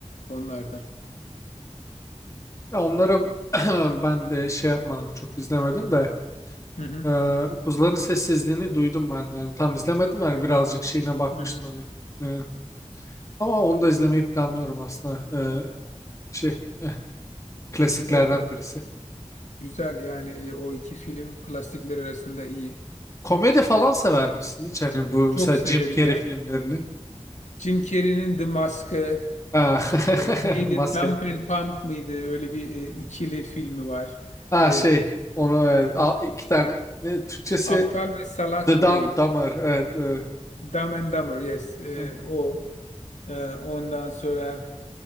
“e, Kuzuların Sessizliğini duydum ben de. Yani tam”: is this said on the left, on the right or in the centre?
Left